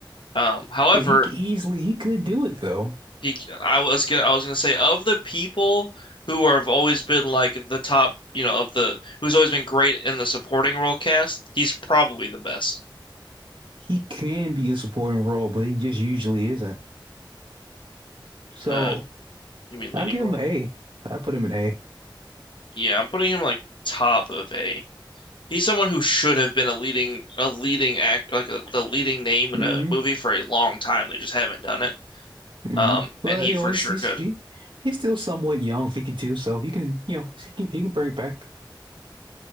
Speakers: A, on the left (about 75°); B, on the right (about 70°).
A: Um, however,
B: But he c- easily he could do it though.
A: He, I was gonna, I was gonna say of the people who are, have always been like the top, you know, of the who's always been great in the supporting role cast. He's probably the best.
B: He can be a supporting role, but he just usually isn't. So
A: Uh, you mean
B: I'll
A: leading
B: give
A: role?
B: him an A. I put him an A.
A: Yeah, I'm putting him like top of A. He's someone who should have been a leading, a leading act, like a, the leading name in
B: hmm
A: a movie for a long time. They just haven't done it.
B: hmm
A: Um,
B: But
A: and he
B: you
A: for
B: know, he's
A: sure
B: he's
A: could.
B: he, he's still somewhat young, 52, so he can, you know, he can he can bring it back.